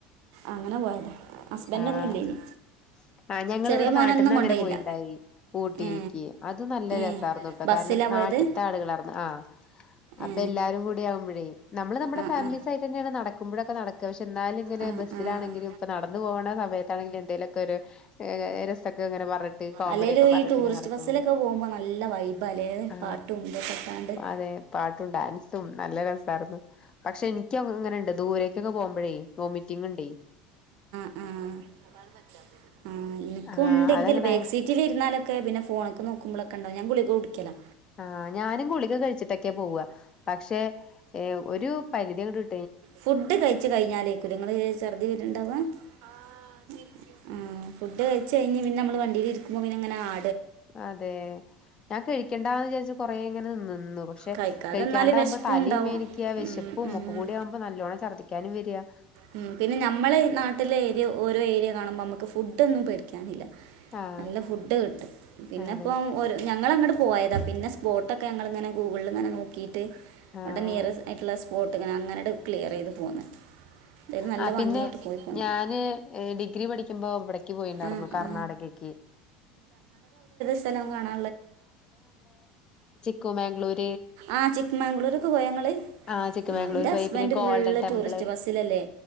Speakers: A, on the right; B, on the left.
A: അങ്ങനെ പോയതാ. ഹസ്ബൻഡൊന്നും
B: ആ
A: ഇല്ലേനി
B: ഞങ്ങള്
A: ചെറിയ
B: ഇവടെ
A: മോനൊന്നും
B: നാട്ടിന്ന്
A: കൊണ്ടോയില്ല
B: അങ്ങനെ പോയിണ്ടാകി. ഊട്ടിയിൽക്ക്.
A: ഏ
B: അത് നല്ല
A: ഏ
B: രസാർന്നു. ഇപ്പൊ
A: ബസ്സിലാ
B: കാരണം നാട്ട്ത്താള്കളായിർന്ന്
A: പോയത്
B: ആ അപ്പ
A: ഏ
B: എല്ലാരും കൂടി ആകുമ്പഴേ നമ്മള് നമ്മടെ
A: ആ
B: ഫാമിലീസായിട്ടെന്നേണ്
A: ആ
B: നട ക്കുമ്പഴക്ക നടക്ക പക്ഷെ എന്നാലും ഇങ്ങനെ
A: ആ
B: ബസിലാണെങ്കിലും
A: ആ
B: ഇപ്പ നട ന്ന് പോകണ സമയത്താണെങ്കിലും എന്തേലൊക്കൊര് ഏഹ് രസൊക്കെങ്ങനെ പറഞ്ഞിട്ട് കോമഡിയൊക്കെ
A: അല്ലേലും
B: പറഞ്ഞിട്ട്
A: ഈ ടൂറിസ്റ്റ്
B: ഇങ്ങനെ നടക്കുമ്പഴേ
A: ബസ്സിലൊക്കെ പോകുമ്പോ നല്ല വൈബാല്ലേ
B: ആ
A: പാട്ടും ഇതൊക്കെ ഇട്ടാണ്ട് അതെ
B: പഴേ പാട്ടും ഡാൻസും നല്ല രസായിർന്നു പക്ഷെ ഇൻക്ക്യങ്ങനെണ്ട് ദൂരേക്കൊക്കെ പോ <unintelligible> വൊമിറ്റിങ്ങിണ്ടേ
A: ആ അതാണ് പറ്റാത്തത് ആ ഇൻക്കുണ്ടെങ്കിൽ
B: ആഹ് അതങ്ങടായ
A: ബേക്ക്സീറ്റിലിരുന്നാലൊക്കെ പിന്നെ ഫോണൊക്കെ നോക്കുമ്പളക്കെ കണ്ടോ ഞാൻ ഗുളികകുടിക്ക്യലാ
B: ആ ഞാനും ഗുളിക കഴിച്ചിട്ടൊക്കെ പോവാ പക്ഷെ ഏഹ് ഒരു പരിധിയങ്ങട് വി
A: ഫുഡ് കഴിച്ച് കഴിഞ്ഞാലേക്കുല്ലേ ഇങ്ങള് ഛർദി വരനിണ്ടാവുക ആ ശരിക്കും ഇം ഫുഡ് കഴിച്ച് കഴിഞ്ഞ് പിന്നമ്മള് വണ്ടിയിലിരിക്കുമ്പ പിന്നങ്ങന ആ
B: അതേ ഞാൻ കഴി ക്കണ്ടാന്ന് വിചാരിച്ച് കൊറെേ ഇങ്ങനെ നിന്നു നോക് പക്ഷെ
A: കഴിക്കാതെ
B: കഴിക്കാണ്ടാവുമ്പോ
A: നിന്നാൽ വിശപ്പും
B: തലയും
A: ഉണ്ടാവും
B: വേനിക്ക വിശപ്പും ഒക്ക കൂടി ആവുമ്പോ നല്ലണ്ണം ർദ്ദിക്ക കാനും വെര്ആ
A: മ്മ് പിന്നെ നമ്മെളെ ഈ നാട്ടിലെ ഏരിയ ഓരോ ഏരിയ കാണുമ്പോ നമുക്ക് ഫുഡൊന്നും പടിക്കാനില്ല
B: ആഹ്
A: നല്ല ഫുഡ് കിട്ടും പിന്നെ
B: അതെ
A: ഇപ്പ ഒര് ഞങ്ങളങ്ങട് പോയതാ പിന്നെ സ്പോട്ടൊക്കെ ഞങ്ങളിങ്ങനെ ഗൂഗിളിൽ ഇങ്ങനെ നോക്കി ട്ട് വിട
B: ആഹ്
A: നിയറസ്റ്റ് ആയിട്ടുള്ള സ്പോട്ട് അങ്ങനട് ക്ലിയറെത് പോന്ന് എന്തായാലും നല്ല
B: ആ പിന്നെ
A: ഭംഗിയായിട്ട് പോയി പോന്നു
B: ഞാന് ഡിഗ്രി പഠിക്കുമ്പോ ഇവിടക്ക് പോയിണ്ടായിരുന്നു
A: ആ
B: കർണാടകക്ക്
A: ആ സ്ഥലവും കാണാം
B: കുമാംഗ്ലുര്
A: ആ ചിക്ക്മംഗ്ലൂരൊക്കെ പോയ ഇങ്ങള്
B: ആഹ് ചിക്കമംഗ്ളൂർ
A: എൻ്റെ
B: പോയി
A: husband
B: പിന്നെ golden
A: full
B: temple
A: tourist ബസ്സിലല്ലേ